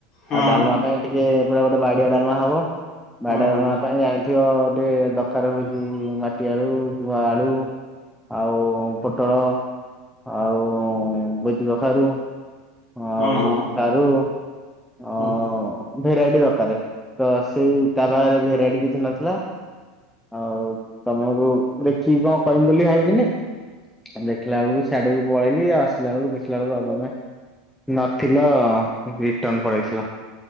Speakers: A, on the left (about 35°); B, in the centre.
A: ହଁ
B: ଆଉ ଡାଲମା ପାଇଁ ଟିକେ ପା ଗୋଟେ ବାଡିଆ ଡାଲମା ହବ
A: ହଁ
B: ବାଡିଆ
A: ହଁ
B: ଡାଲମା ପାଇଁ ଜା ତ ଟିକେ ଦରକାର ହଉ ମାଟି ଆଳୁ କିମ୍ବା ଆଳୁ ଆଉ ପୋଟଳ ଆଉ ଭୋଜିକଖାରୁ ଆଉ
A: ହଁ ହଁ
B: ସାରୁ ଅ
A: ହଁ ହଁ
B: ଭେରାଇଟି ଦରକକାର ତ ସେଇ ତା ପାଖରେ ଭେରାଇଟି କିଛି ନଥିଲା ଆଉ ତମକୁ ଦେଖିକି କଣ କହିବି ବୋଲି ଭାବିବିନି ଦେଖିଲା ବେଳକୁ ସିଆଡକୁ ପଳେଇଲି ଆସିଲ ବେଳକୁ ଦେଖିଲା ବେଳେ ଆଉ ତମେ ନଥିଲ ରିଟର୍ଣ ପଳେଇଥିଲ।